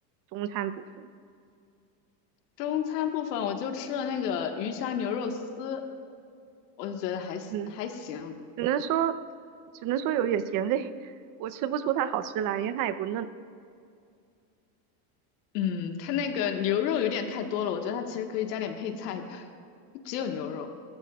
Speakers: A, on the right; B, on the left.
A: 中餐部分。
B: 中餐部分我就吃了那个鱼香牛肉丝，我就觉得还行还行。
A: 嗯。只能说，只能说有点咸味，<laughs> 我吃不出它好吃来，因为它也不嫩。
B: 嗯，它那个牛肉有点太多了，我觉得它其实可以加点配菜的，<laughs> 只有牛肉，